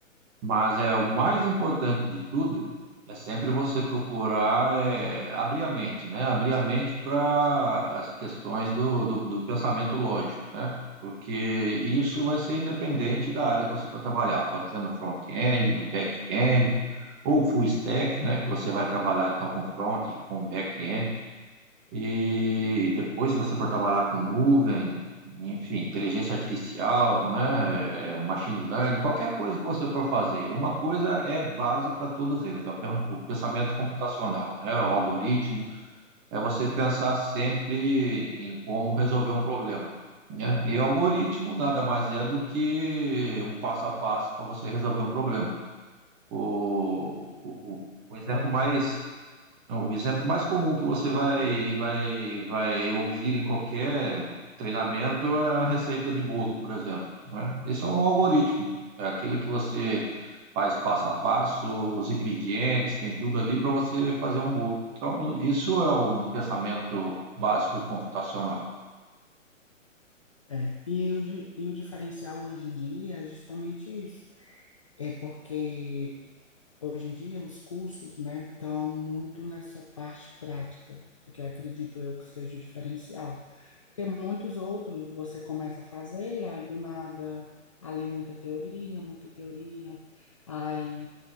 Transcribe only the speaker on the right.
Mas é o mais importante de tudo é sempre você procurar é, abrir a mente, né? Abrir a mente para as questões do, do, do pensamento lógico, né? Porque isso vai ser independente da área que você for trabalhar. Pode ser no front-end, no back-end, ou full stack, né? Que você vai trabalhar então com front e com back-end. E depois, se você for trabalhar com nuvem, enfim, inteligência artificial, né, é, machine learning, qualquer coisa que você for fazer, uma coisa é base para todos eles, é o pe- o pensamento computacional, né, o algoritmo, é você pensar sempre em como resolver um problema, né? E o algoritmo nada mais é do que um passo a passo para você resolver um problema. O, o, o o exemplo
mais não, o exemplo mais comum que você vai, vai, vai ouvir em qualquer treinamento é a receita de bolo, por exemplo, né? Isso é um algoritmo, é aquilo que você faz passo a passo, os ingredientes, tem tudo ali para você fazer um bolo. Então, isso é um pensamento básico computacional.